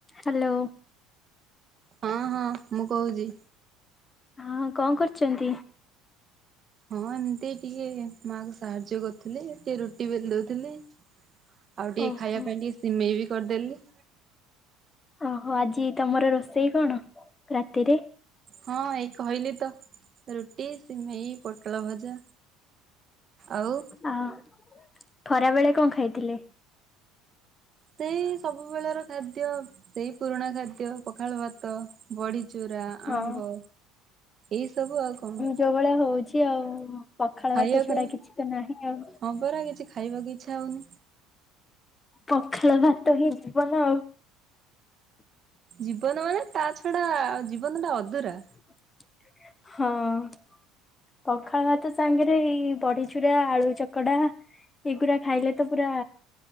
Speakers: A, on the left (about 25°); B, on the right (about 40°).
A: Hello.
B: ହଁ ହଁ ମୁଁ କହୁଚି।
A: ହଁ କଣ କରୁଚନ୍ତି।
B: ହଁ ଏମିତି ଟିକେ ମା କୁ ସାହାଯ୍ୟ କରୁଥିଲେ ଟିକେ ରୁଟି ବେଲି ଦଉଥିଲି। ଆଉ ଟିକେ
A: ଓହୋ
B: ଖାଇବା ପାଇଁ ଟିକେ ସିମେଇ ବି କରିଦେଲି।
A: ଓହୋ ଆଜି ତମର ରୋଷେଇ କଣ ରାତିରେ?
B: ହଁ ଏଇ କହିଲି ତ। ରୁଟି ସିମେଇ ପୋଟଳ ଭଜା ଆଉ
A: ଆଉ ଖରା ବେଳେ କଣ ଖାଇଥିଲେ?
B: ସେଇ ସବୁବେଳର ଖାଦ୍ୟ ସେଇ ପୁରୁଣା ଖାଦ୍ୟ ପଖାଳ ଭାତ। ବଡିଚୁରା
A: ହଁ
B: ଆମ୍ବ ଏଇ ସବୁ ଆଉ କଣ।
A: ତେ ଭଳିଆ ହଉଚି। <unintelligible> ପଖାଳ
B: ଖାଇବାକୁ
A: ଭାତ ଛଡା କିଛି ତ ନାହିଁ ଆଉ।
B: ହଁ ପରା କିଛି ଖାଇବାକୁ ଇଚ୍ଛା ହଉନି।
A: ପଖାଳ ଭାତ ବି ବଲ।
B: ଜୀବନ ମାନେ ତା ଛଡା ଜୀବନଟା ଅଧୁରା।
A: ହଁ। ପଖାଳ ଭାତ ସାଙ୍ଗରେ ଏଇ ବଢଚୁରା ଆଳୁ ଚକଡା ଏଗୁରା ଖାଇଲେ ତ ପୁରା